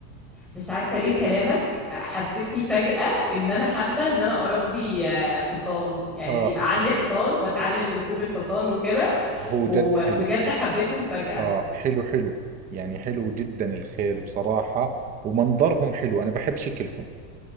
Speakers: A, in the centre; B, on the right.
A: مش عارفة ليه كلامك حسسني فجأة ان انا حابة ان انا اربي آه، حصان يعني
B: اه
A: يبقى عندي
B: هو
A: حصان واتعلم ركوب الحصان وكده
B: هو
A: وبجد
B: جد حلو
A: حبيتهم فجأة
B: اه حلو حلو يعني حلو جدا الخيل بصراحة ومنظرهم حلو انا بحب شكلهم